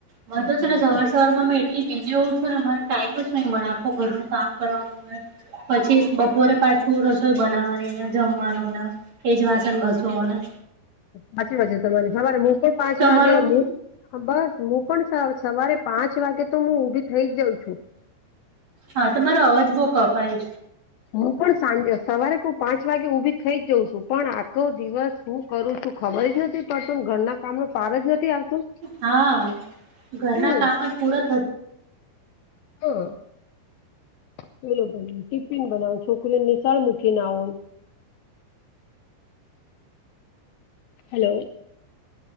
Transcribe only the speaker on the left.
સાચી
વાત
હાચી વાત છે, તમારે સવારે મુ પણ પાંચ
વાગે મુ બસ મુ પણ સવારે પાંચ વાગે તો મુ ઊભી થઇ જઉં છું.
મુ પણ સાંજે સવારે કો પાંચ વાગે ઉભી થઇ જ જાઉં છું પણ આખો દિવસ હું કરું છું ખબર જ નથી પડતું ઘરના કામ ન પાર જ નથી આવતું
હમ
<inaudible> પેલો બનાવ ટિફિન બનાવ છોકરીને નિશાળ મૂકી ના આવન
hello.